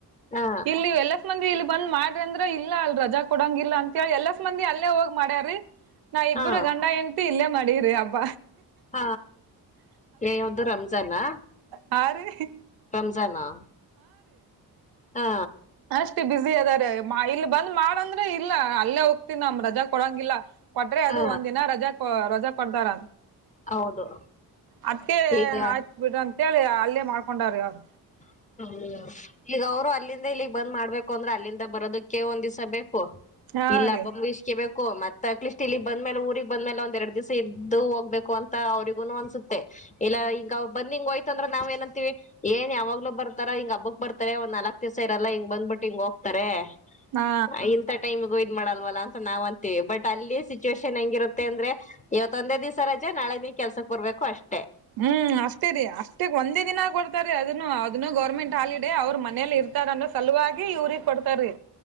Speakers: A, on the left (about 20°); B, on the right (about 65°).
A: ಹಾ
B: ಇಲ್ಲಿ <inaudible> ಇಲ್ಲಿ ಬಂದ ಮಾಡ್ರಿ ಅಂದ್ರ ಇಲ್ಲ ಅಲ್ಲಿ ರಜಾ ಕೊಡಂಗಿಲ್ಲ ಅಂತ ಹೇಳಿ ಎಲ್ಲ ಮಂದಿ ಅಲ್ಲೇ ಹೋಗ್ ಮಾಡ್ಯಾರಿ. ನಾವ ಇಬ್ರು
A: ಹಾ
B: ಗಂಡಾ ಹೆಂಡತಿ ಇಲ್ಲೆ <unintelligible> <inaudible> ಹಬ್ಬ
A: ಹ ನೀ <unintelligible> ರಂಜನಾ
B: ಹಾರಿ
A: ರಂಜನಾ ಹಾ
B: <inaudible> ಅಷ್ಟ ಬ್ಯುಸಿ ಅದಾರಿ ಆ ಯಮ್ಮ ಇಲ್ಲಿ ಬಂದ ಮಾಡ ಅಂದ್ರ ಇಲ್ಲಾ ಅಲ್ಲೇ ಹೋಗ್ತೀನಿ ನಮ್ ರಜಾ ಕೊಡಂಗಿಲ್ಲ ಕೊಟ್ರೆ
A: ಹಾ
B: ಅದು ಒಂದ ದಿನಾ ರಜಾ <unintelligible> ರಾಜಾ ಕೊಡ್ತಾರ
A: ಹೌದು
B: ಅದ್ಕೇ
A: ಈಗ
B: ಆಯ್ತಾ ಬಿಡ್ರೀ ಅಂತ ಅಂತ ಹೇಳಿ ಅಲೆ ಮಾಡ್ಕೊಂಡ್ ರಿ ಅವರ.
A: <unintelligible> ಆಗ ಅವರು ಅಲ್ಲಿಂದ ಇಲ್ಲಿಗೆ ಬಂದ ಮಾಡಬೇಕು ಅಂದ್ರ ಅಲ್ಲಿಂದ ಬರೋದಿಕ್ಕೆ ಒಂದ ದಿವಸ ಬೇಕು
B: ಹಾ
A: ಇಲ್ಲ
B: ರೀ
A: <unintelligible> ಮಾತ ಅಟ್ಲಿಸ್ಟ್ ಇಲ್ಲಿಗೆ ಬಂದ ಮೇಲೆ ಊರಿಗೆ ಬಂದ ಮೇಲೆ ಒಂದೆರಡು ದಿವಸ ಇದ್ದು ಹೋಗ್ಬೇಕು ಅಂತ ಅವರಿಗೂನು ಅನ್ಸುತ್ತೆ ಇಲ್ಲ ಹಿಂಗ ಬಂದ ಹೋಯಿತ ಅಂದ್ರೆ ನಾವು ಏನಂತೀವಿ ಏನ್ ಯಾವಾಗಲೊ. ಬರ್ತಾರಾ ಹಿಂಗ್ಹಬ್ಬಕ್ ಬರ್ತಾರಾ ಒಂದ ನಾಲ್ಕ ದಿವಸ ಇರಲ್ಲ ಹಿಂಗ್ ಬಂದ್ ಬಿಟ್ಟು ಹಿಂಗ್ ಹೋಗ್ತಾರೆ
B: ಹಾ
A: <unintelligible> ಇಂಥ ಟೈಮು. <unintelligible> ಇದು ಮಾಡಲವಾಲಾ ಅಂತ ನಾವು ಅಂತೀವಿ ಬಟ್ ಅಲ್ಲಿ <unintelligible> ಸಿಚುವೇಶನ್ ಹೆಂಗಿರುತ್ತೆ ಅಂದ್ರೆ. ಇವತ್ತು ಒಂದೇ ದಿವಸ ರಜ ನಾಳೆ ನೀ ಕೆಲಸಕ ಬರಬೇಕು ಅಷ್ಟೇ.
B: ಹ್ಮ್ಮ್ ಅಷ್ಟೇ ರೀ ಅಷ್ಟೇ ಒಂದೇ ದಿನ ಕೊಡ್ತಾರೆ ಅದನ್ನು ಅದನ್ನು ಗೋರ್ಮೆಂಟ್ ಹಾಲಿಡೇ ಔರ್ ಮನೆಲ್ ಇರ್ತಾರೆ ಅಂದ್ರೆ ಸಲವಾಗಿ ಯೂರಿಗಿ ಕೊಡ್ತಾರಿ